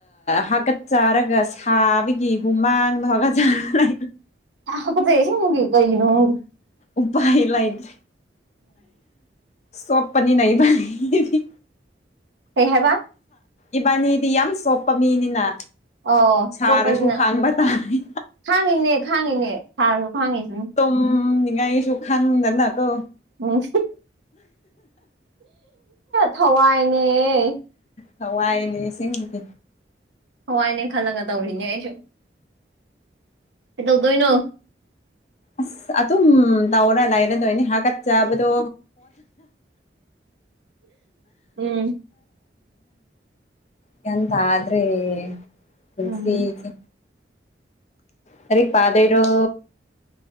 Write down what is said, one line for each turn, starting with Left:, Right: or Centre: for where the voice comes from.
Left: ꯍꯥꯀꯠ ꯆꯔꯒ ꯁꯥꯕꯒꯤ ꯍꯨꯃꯥꯡꯗꯣ ꯍꯥꯀꯠꯆꯔ
Right: ꯍꯥ ꯀꯠꯆꯩꯌꯦ ꯑꯁꯦꯡꯕꯩ ꯀꯩꯒꯤꯅꯣ ꯈꯡꯗꯦ
Left: ꯎꯄꯥꯏ ꯂꯩꯇꯔꯦ ꯁꯣꯞꯄꯅꯤ ꯏꯕꯥꯅꯤꯗꯤ
Right: ꯀꯩ ꯍꯥꯏꯕ
Left: ꯏꯕꯥꯅꯤꯗꯤ ꯌꯥꯝ ꯁꯣꯞꯄ ꯃꯤꯅꯤꯅ
Right: ꯑꯣ
Left: ꯁꯥꯔꯁꯨ
Right: ꯁꯣꯞꯄꯅꯤꯅ
Left: ꯈꯥꯡꯕ ꯇꯥꯔꯦ
Right: ꯈꯥꯡꯉꯤꯅꯦ ꯈꯥꯡꯉꯤꯅꯦ ꯁꯥꯔꯁꯨ ꯈꯥꯡꯉꯤꯁꯤꯅꯤ
Left: ꯇꯨꯝ ꯝ ꯅꯤꯡꯉꯥꯏꯁꯨ ꯈꯪꯗꯅ ꯀꯣ
Right: ꯎꯝ ꯊꯋꯥꯏꯅꯦ
Left: ꯊꯋꯥꯏꯅꯦ ꯏꯁꯤꯡꯗꯤ
Right: ꯊꯋꯥꯏꯅꯦ ꯈꯜꯂꯒ ꯇꯧꯔꯤꯅꯦ ꯑꯩꯁꯨ ꯀꯩꯗꯧꯗꯣꯏꯅꯣ
Left: ꯑꯁ ꯑꯗꯨꯝ ꯂꯥꯎꯔ ꯂꯩꯔꯗꯣꯏꯅꯦ ꯍꯥꯀꯠꯆꯕꯗꯣ
Right: ꯎꯝ
Left: ꯒꯌ꯭ꯥꯟ ꯇꯥꯗꯔꯦ ꯄꯨꯟꯁꯤꯁꯦ
Right: ꯎꯝ
Left: ꯂꯥꯏꯔꯤꯛ ꯄꯥꯗꯣꯏꯔꯣ